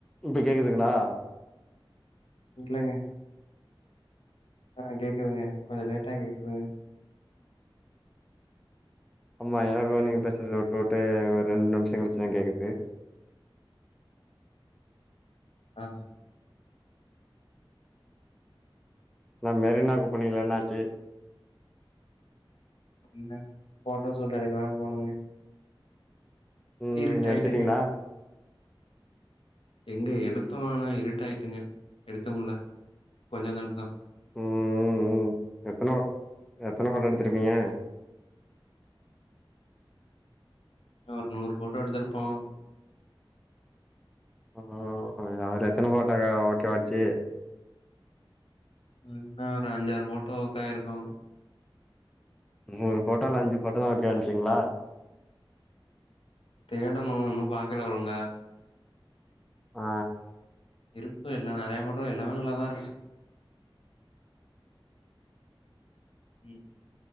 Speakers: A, in the centre; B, on the left.
A: இப்ப கேக்குதுங்ளா
B: இல்லங்க ஆ கேக்குதுங்க கொஞ்சோ லேட்டா கேக்குதுங்க
A: அம்மா எனக்கு நீங்க பேசுறது விட்டு விட்டு ஒரு ரெண்டு நிமிஷொ கழிச்சிதா கேட்குது
B: ஆ
A: நா மெரினாக் போனிங்ளே என்னாச்சு
B: இல்ல போட்டோ ஷூட் எடுக்கலான் போனோங்க
A: ம்
B: இருட்டாயிட்டுங்க.
A: எடுத்துட்டிங்ளா
B: எங்க எடுத்தோ ஆனா இருட்டு ஆயிட்டுங்க எடுக்க முட்ல கொஞ்சந் தா எடுத்தோ
A: ம் ம் ம் எத்தன எத்தன வாட்ட் எடுத்துருப்பீங்க
B: ஒரு நூறு போட்டோ எடுத்திருப்போ
A: ம் அதுல எத்தன போட்டக்கா ஓகே ஆச்சு
B: ம் ஆ ஒரு அஞ்சாறு போட்டோ ஓகே ஆய்ருக்கு
A: நூறு போட்டோல அஞ்சு போட்டோ தா ஓகே ஆனுச்சிங்ளா
B: தேடனு இன்னு பாக்கல ஒழுங்கா
A: ஆ
B: இருக்கு எல்லா நெறயா போட்டோ எல்லாமே நல்லாதா இருக்கு ம்